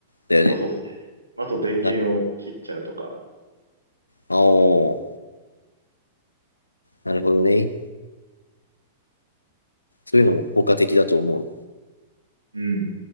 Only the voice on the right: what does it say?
そうそうそう。<laughs> あと電源を切っちゃうとか。
うん。